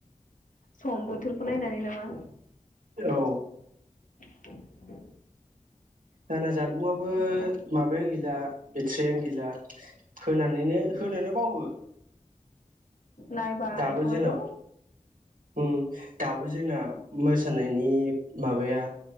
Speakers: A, on the left; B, on the right.
A: सम बोथोरखौ नायनानै नामा?
B: औ
A: <inaudible>
B: न <unintelligible> जानबुंआबो
A: ओमफ्राय
B: माबायानो गैला बेथारियानो गैला होनानो होनो बावो।
A: नायबा
B: दाबो
A: आ थाबायल'।
B: जोंना उम दाबो जोंना मोसानायनि माबाया